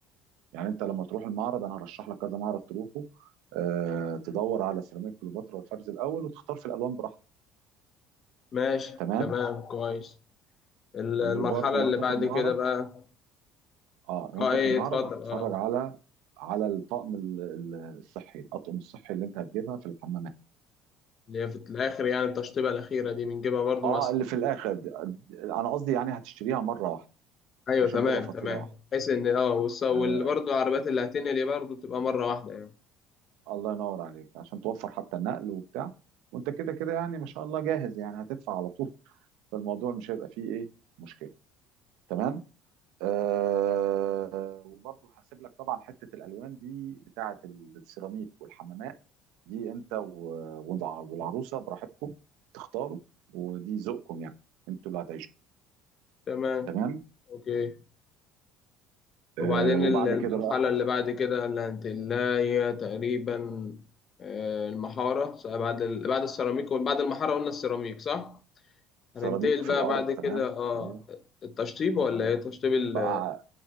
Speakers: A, on the right; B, on the left.
A: يعني انت لما تروح المعرض انا هرشح لك كذا معرض تروحه آه، تدور على سيراميك كليوباترا والفرز الاول وتختار في الالوان براحتك
B: ماشي
A: تمام
B: تمام كويس ال- المرحلة
A: وبرضه وانت
B: اللي بعد
A: في المعرض
B: كده بقى
A: اه وانت
B: اه ايه
A: في المعرض
B: اتفضل
A: هتتفرج
B: اه
A: على على الطقم ال- ال- الصحي الاطقم الصحي اللي انت هتجيبها في الحمامات
B: اللي هي في الآخر يعني التشطيبة الأخيرة دي بنجيبها برضو
A: اه
B: مع السرعة
A: اللي في الاخر دي- انا قصدي يعني هتشتريها مره واحده
B: أيوه
A: عشان
B: تمام
A: تبقى فاتوره
B: تمام
A: واحده
B: بحيث إن اه والس- واللي
A: آه
B: برضو العربيات اللي هتنقل برضو تبقى مرة واحدة يعني
A: الله ينور عليك عشان توفر حتى النقل وبتاع وانت كده كده يعني ما شاء الله جاهز يعني هتدفع على طول فالموضوع مش هيبقى فيه ايه مشكله تمام آه وبرضه هسيب لك طبعا حته الالوان دي بتاعه السيراميك والحمامات دي انت و- والع- والعروسه براحتكم تختاروا ودي ذوقكم يعني انتوا اللي هتعيشوا
B: تمام
A: تمام
B: أوكي وبعدين
A: آه وبعد
B: ال- المرحلة
A: كده بقى
B: اللي بعد كده اللي هنتقلها هي تقريبا آه، المحارة س- بعد ال- بعد السيراميك بعد المحارة قلنا السيراميك صح؟
A: سيراميك
B: هننتقل
A: في
B: بقى
A: الارض
B: بعد كده
A: تمام
B: اه
A: ايوه
B: التشطيب ولا ايه تشطيب ال
A: بقى